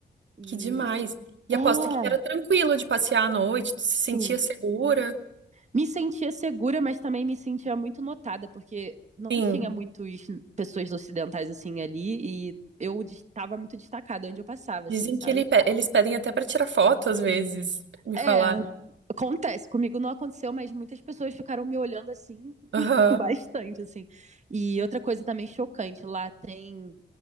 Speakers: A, on the right; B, on the right.
A: E
B: Que demais. E
A: é,
B: aposto que era tranquilo de passear à noite, tu se
A: sim,
B: sentia segura.
A: Me sentia segura, mas também me sentia muito notada, porque não
B: Sim,
A: tinha muitas pessoas ocidentais assim ali e eu estava muito destacada onde eu passava,
B: dizem
A: assim, sabe?
B: que ele pe- eles pedem até para tirar foto às vezes, me
A: É,
B: falaram.
A: acontece. Comigo não aconteceu, mas muitas pessoas ficaram me olhando assim,
B: Aham,
A: <laughs> bastante, assim. E outra coisa também chocante, lá tem